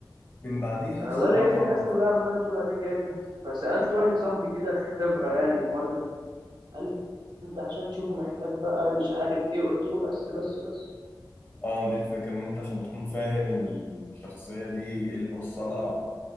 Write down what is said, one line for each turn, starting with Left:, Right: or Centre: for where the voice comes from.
Left: من بعديها
Right: انا
Left: الصراحة
Right: والله لقيت الناس كلها عماله تقول عليه جامد فسألت واحد صاحبي كده خبرة يعني في مارفل قال لي انت عشان تشوفه محتاج بقى مش عارف ايه قلت له بس بس بس
Left: آه دي الفكرة إن أنت عشان تكون فاهم الشخصية دي إيه اللي وصلها